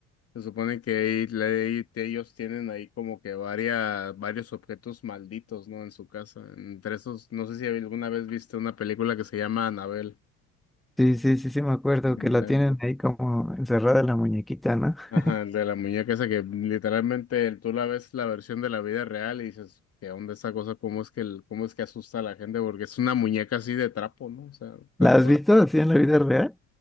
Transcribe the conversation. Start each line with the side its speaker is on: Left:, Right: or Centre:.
Left: Se supone que ahí le- ahí te- ellos tienen ahí como que varias, varios objetos malditos, ¿no? En su casa. Entre esos, no sé si alguna vez viste una película que se llama Anabel.
Centre: Sí, sí, sí, sí, me acuerdo
Left: La-
Centre: que la tienen ahí como encerrada la muñequita, ¿no?
Left: Ajá,
Centre: <laughs>
Left: el de la muñeca esa que literalmente tú la ves la versión de la vida real y dices, ¿qué onda esa cosa? ¿Cómo es que, el- cómo es que asusta a la gente? Porque es una muñeca así de trapo, ¿no? O sea, tal
Centre: ¿La has
Left: cual.
Centre: visto así en la vida real?